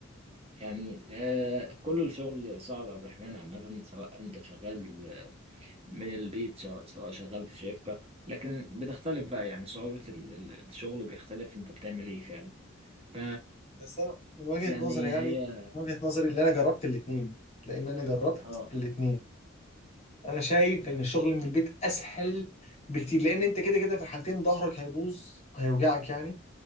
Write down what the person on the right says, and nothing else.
يعني آه كل الشغل صعب يا عبد الرحمن عامة سواء أنت شغال آه، من البيت سواء سواء شغال في شركة لكن بتختلف بقى يعني صعوبة ال- ال- الشغل بيختلف أنت بتعمل إيه فعلا ف
يعني
هي
اه